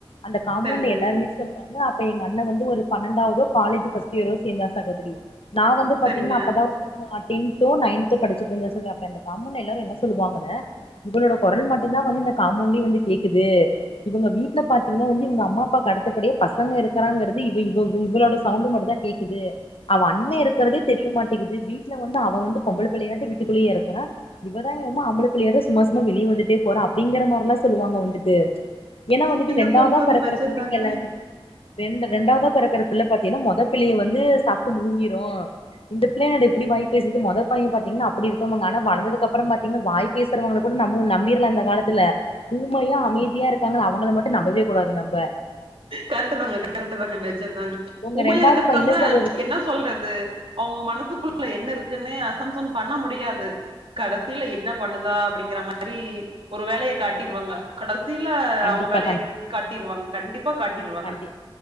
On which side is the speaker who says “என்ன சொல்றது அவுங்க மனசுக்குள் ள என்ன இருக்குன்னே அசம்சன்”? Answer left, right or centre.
Right